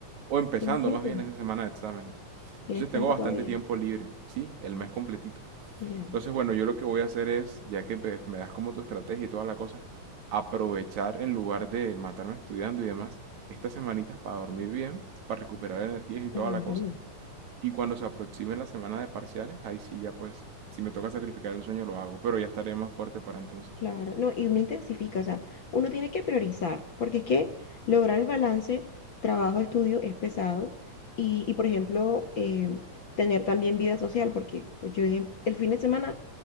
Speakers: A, on the right; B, on the left.
A: o empezando
B: ¿Tienes tiempo?
A: más bien esa semana de exámenes.
B: ¿Tienes
A: Entonces
B: tiempo
A: tengo bastante
B: todavía?
A: tiempo libre, ¿sí? El mes completito.
B: Ya.
A: Entonces, bueno, yo lo que voy a hacer es, ya que pues, me das como tu estrategia y toda la cosa, aprovechar en lugar de matarme estudiando y demás, estas semanitas para dormir bien, para recuperar energías y
B: Claro.
A: toda la cosa. Y cuando se aproxime la semana de parciales, ahí sí ya pues, si me toca sacrificar el sueño lo hago, pero ya estaré más fuerte para entonces.
B: Claro, no, y uno intensifica, o sea, uno tiene que priorizar, porque es que lograr el balance trabajo-estudio es pesado y, y, por ejemplo, eh, tener también vida social, porque pues yo en- el fin de semana